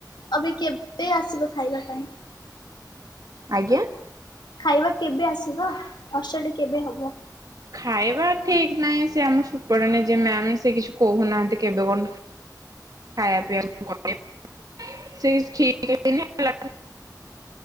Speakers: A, on the left; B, on the right.
A: ଅବେ କେବେ ଆସିବ ଖାଇବା ପାଇଁ?
B: ଆଜ୍ଞା?
A: ଖାଇବା କେବେ ଆସିବ, ହଷ୍ଟେଲରେ କେବେ ହବ?
B: ଖାଇବା ଠିକ ନାହିଁ, ସିଏ ଆମର ସୁପରିଟେଣ୍ଡେଣ୍ଟ ଯିଏ ମ୍ୟାମ୍ ସିଏ କିଛି କହୁନାହାଁନ୍ତି କେବେ କଣ ଖାଇବା ପିଇଆ <unintelligible> ସେଇ ଠିକ୍ ହେଇନି ହେଲା